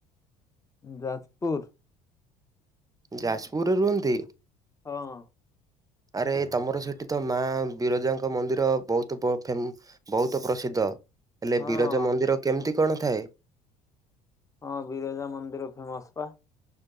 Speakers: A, on the left; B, on the right.
A: ଯାଜପୁର।
B: ଯାଜପୁରରେ ରୁହନ୍ତି।
A: ହଁ
B: ଆରେ ତମର ସେଇଠି ତ ମା ବିରଜାଙ୍କ ମନ୍ଦିର ବହୁତ ବହୁ ଫେମ ବହୁତ ପ୍ରସିଦ୍ଧ ହେଲେ
A: ହଁ।
B: ବିରଜ ମନ୍ଦିର କେମିତି କଣ ଥାଏ।
A: ହଁ ବିରଜା ମନ୍ଦିର ଫେମସ ପା